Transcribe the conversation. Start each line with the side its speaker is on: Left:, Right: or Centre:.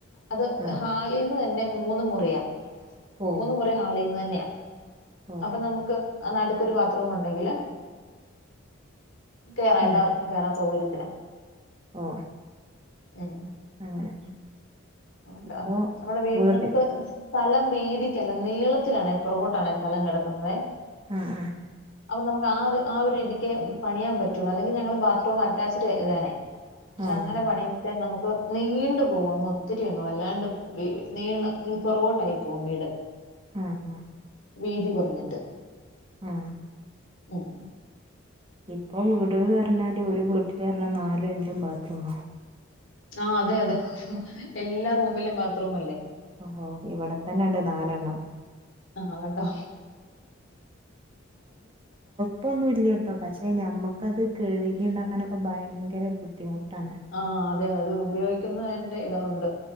Left: അത്
Right: ആ
Left: ഹാളിൽ ന്ന് തന്നെ മൂന്ന മുറിയ
Right: ഓ
Left: മൂന്ന മുറി ഹാളിൽന്ന് തന്നെയാണ്
Right: ഓ
Left: അപ്പൊ നമുക്ക് അ നടുക്കൊരു ബാത്റൂം ഉണ്ടെങ്കിൽ കേറാം എല്ലാവർക്കും
Right: ഉം.
Left: കേയറാൻ സൗകര്യത്തി
Right: ഓ
Left: ഉം
Right: അങ്ങനെ
Left: നമ്മ <unintelligible>
Right: അപ്പൊ
Left: വീട്
Right: വീട്ടിൽ
Left: നമുക്ക് സ്ഥലം വീതിക്കല്ല നീളത്തിലാണ് പുറകോട്ടാണ് സ്ഥലം കിടക്കുന്നതെ
Right: മ് മ്
Left: അപ്പൊ നമുക്ക് ആ ആ ഒരു രീതിക്ക് പണിയാൻ പറ്റുള്ളൂ അല്ലെങ്കിൽ ഞങ്ങള് ബാത്റൂം അറ്റാച്ച്ഡ് എട്താനെ പക്ഷെ
Right: ആഹ് ആഹ്
Left: അങ്ങനെ പണിയു മ്പോ ശേ നമുക്ക് നീണ്ടു പോകും അങ്ങ് ഒത്തിരി അങ്ങ് വല്ലാണ്ട് നീ ന പുറകോട്ടായി പോകും വീട്
Right: മ്
Left: വീതി കുറഞ്ഞിട്ട്
Right: മ്
Left: ഉം
Right: ഇപ്പൊ വീടുകള് പറഞ്ഞാല് ഒരു വീട്ടില് പറഞ്ഞ നാലും അഞ്ചും ബാത്റൂമ.
Left: ആ അതെ അതെ എല്ലാ റൂമിലും ബാത്റൂം അല്ലേ
Right: ഓ ഇവിടെ തന്നെ ഉണ്ട് നാലെണ്ണം
Left: ആ കണ്ടോ
Right: ഇപ്പൊന്നുല്ല കേട്ടോ, പക്ഷെ നമുക്കത് കഴുകി ഉണ്ടാക്കാനൊക്കെ ഭയങ്കര ബുദ്ധിമുട്ടാണ്.
Left: ആ അതെ അത് ഉപയോഗിക്കുന്ന ഇതാവ്ണ്ട്